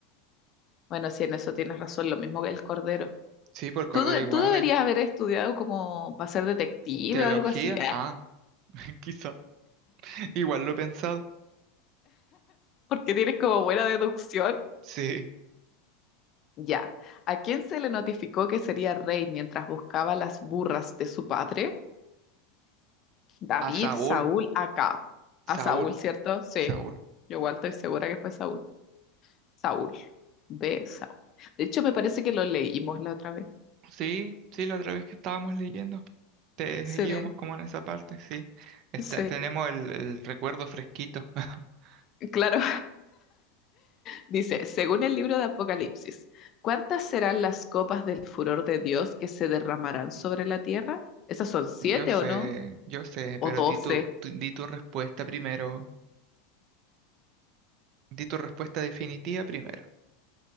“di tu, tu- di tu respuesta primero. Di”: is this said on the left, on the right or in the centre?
Right